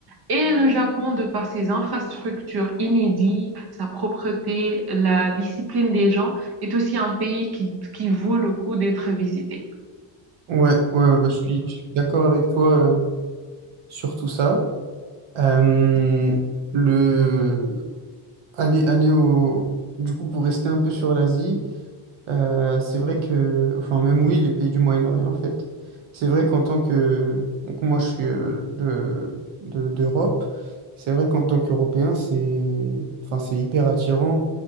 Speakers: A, on the right; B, on the right.
A: Et le Japon, de par ses infrastructures inédites, sa propreté, la discipline des gens, est aussi un pays qui, qui vaut le coup d'être visité.
B: Ouais, ouais, ouais, bah, je suis, je suis d'accord avec toi euh, sur tout ça. Euh, le aller, aller au du coup pour rester un peu sur l'Asie, euh, c'est vrai que enfin même oui les pays du Moyen-Orient en fait, c'est vrai qu'en tant que donc moi je suis euh, de, de- d'Europe, c'est vrai qu'en tant qu'Européen c'est enfin c'est hyper attirant